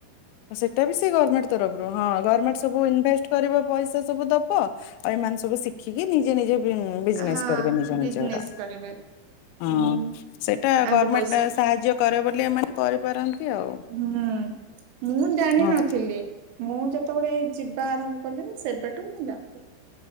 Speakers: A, on the left (about 85°); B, on the right (about 80°).
A: ହ ସେଟାବି ସେହି ଗଭର୍ନମେଣ୍ଟ ତରଫରୁ। ହଁ ଗଭର୍ନମେଣ୍ଟ ସବୁ ଇନଭେଷ୍ଟ୍ କରିବ ପଇସା ସବୁ ଦବ। ଆଉ ଏମାନେ ସବୁ ସବୁ ଶିଖିକି ନିଜେ ନିଜେ ବିଜନେସ୍
B: ହଁ
A: କରିବେ ନିଜ
B: ବିଜନେସ୍
A: ନିଜର।
B: କରିବେ
A: ହଁ
B: ହୁଁ
A: ସେଇଟା
B: ଆଙ୍କୁ
A: ଗଭର୍ଣମେଣ୍ଟ
B: ପଇସା
A: ସାହାଯ୍ୟ କରେ ବୋଲି ଏମାନେ କରିପାରନ୍ତି ଆଉ।
B: ହୁଁ ମୁଁ ଜାଣିନଥିଲି।
A: ହଁ
B: ମୁଁ ଯେତେବେଳେ ଏଇ ଯିବା ଆରମ୍ଭ କଲି ସେବେଠୁ ମୁଁ ଜାଣିଲି।